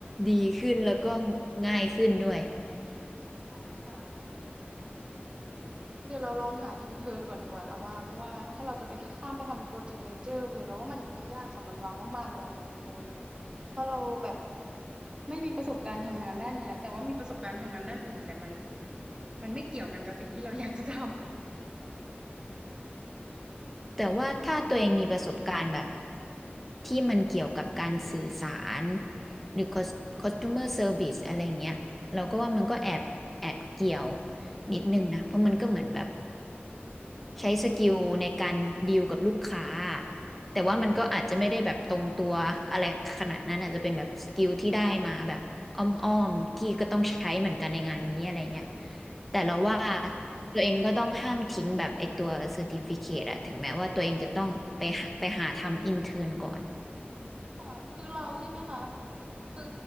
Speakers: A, in the centre; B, on the right.
A: ดีขึ้นแล้วก็ง่ายขึ้นด้วย
B: ใช่ค่ะเดี๋ยวเราลองหาอินเทอร์นก่อนดีกว่าแล้วว่าเพราะว่าถ้าเราจะไปข้ามไปทำโปรเจกต์เมเจอร์เลยเราว่ามันจะยากสำหรับเรามากๆเลยค่ะคุณปูนเพราะเราแบบไม่มีประสบการณ์ทำงานด้านเนี้ยแต่ว่ามีประสบการณ์ทำงานด้านอื่นแต่มันมันไม่เกี่ยวกันกับสิ่งที่เราอยากจะท
A: แต่ว่าถ้าตัวเองมีประสบการณ์แบบที่มันเกี่ยวกับการสื่อสารหรือ cos- customer service อะไรเงี้ยเราก็ว่ามันก็แอบแอบเกี่ยวนิดนึงนะเพราะมันก็เหมือนแบบใช้สกิลในการดีลกับลูกค้าแต่ว่ามันก็อาจจะไม่ได้แบบตรงตัวอะไรขนาดนั้นอาจจะเป็นแบบสกิลที่ได้มาแบบอ้อมๆที่ก็ต้องใช้เหมือนกันในงานนี้อะไรเงี้ย
B: ำค่ะ
A: แต่เราว่า ตัวเองก็ต้องห้ามทิ้งแบบไอตัวเซอร์ติฟิเคตอะถึงแม้ว่าตัวเองจะต้องไปหาไปหาทำอินเทิร์นก่อน
B: ค่ะ คือเราใช่ไหมคะ คือ